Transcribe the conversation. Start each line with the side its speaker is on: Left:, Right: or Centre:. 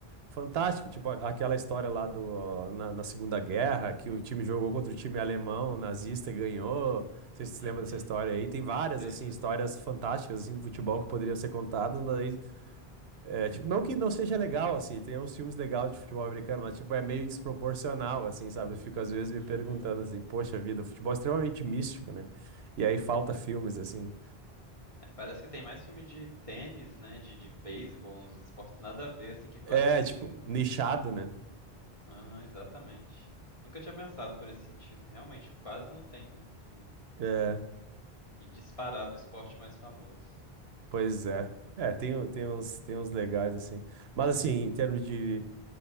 Right: fantásticas, tipo a- aquela história lá do na, na Segunda Guerra, que o time jogou contra o time alemão nazista e ganhou. Vocês se
Left: Uhum.
Right: lembram dessa história aí? Tem várias
Left: Sei,
Right: assim
Left: sei.
Right: histórias fantásticas assim de futebol que poderiam ser contadas, mas aí é, tipo, não que não seja legal, assim, tem uns filmes legais de futebol americano, mas, tipo, é meio desproporcional, assim, sabe? Eu fico, às vezes, me
Left: Uhum.
Right: perguntando, assim, poxa vida, o futebol é extremamente místico, né? E aí falta filmes, assim.
Left: É, parece que tem mais filme de tênis, né? De, de beisebol, uns esportes nada a ver, assim, que quase
Right: É,
Left: ninguém.
Right: tipo, nichado, né?
Left: Aham, exatamente. Nunca tinha pensado por esse sentido. que Realmente, quase não tem, né? E,
Right: É,
Left: e disparado o esporte mais famoso.
Right: pois é. É, tem, um- tem uns, tem uns legais, assim. Mas, assim, em termos de,